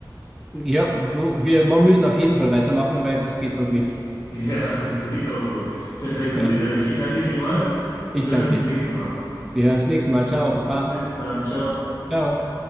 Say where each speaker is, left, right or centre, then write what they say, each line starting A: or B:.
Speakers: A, in the centre; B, on the left.
A: Ja, du, wir mo- müssen auf jeden Fall weitermachen, weil das geht sonst nicht.
B: Ja, <laughs> das sehe ich auch so. Perfekt,
A: Ja,
B: Rudi. Dann ich, ich danke dir vielmals und
A: ich
B: wir
A: danke
B: hören uns
A: dir.
B: das nächste Mal.
A: Wir hören das nächste Mal. Ciao, Papa.
B: Bis dann, ciao.
A: Ciao.